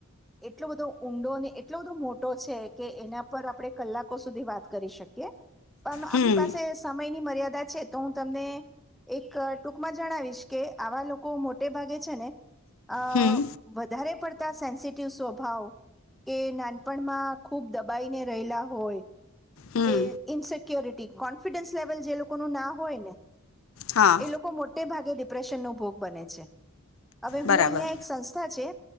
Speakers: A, in the centre; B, on the left.
A: એટલો બધો ઊંડો અને એટલો બધો મોટો છે કે એના પર આપણે કલાકો સુધી વાત કરી શકીએ. કામ થાય
B: હમ
A: અને બ્લોક કરી દો યી તો હિઝદો નહીં વાત છે તો હું તમને એક ટૂંકમાં જણાવીશ કે આવા લો કો મોટે ભાગે છે ને. અ
B: હમ
A: વધારે પડ. સેન્સિટિવ સ્વભાવ કે નાનપણમાં ખૂબ દબાઈને રહેલા હોય.
B: હમ
A: કે ઇસિક્ય્યોરિ ટી કોન્ફિડન્સ લેવલ જે લોકો નું ના હોય ને.
B: હા
A: એ લોકો મોટે ભાગ. ડિપ્રેશન નો ભોગ બને છે હવે
B: બરાબર
A: હું અહિયાં એક સંસ્થા છે